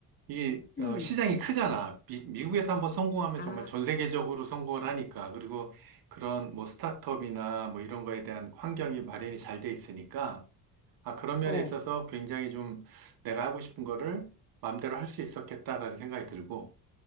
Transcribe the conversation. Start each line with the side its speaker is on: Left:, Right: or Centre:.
Right: 이게
Left: 음.
Right: 어, 시장이 크잖아. 미, 미국에서 한번 성공하면 정말
Left: 아,
Right: 전 세계적으로 성공을 하니까. 그리고 그런 뭐 스타트업이나 뭐 이런 거에 대한 환경이 마련이 잘 돼 있으니까. 아, 그런 면에
Left: 어,
Right: 있어서 굉장히 좀 내가 하고 싶은 거를 마음대로 할 수 있었겠다라는 생각이 들고.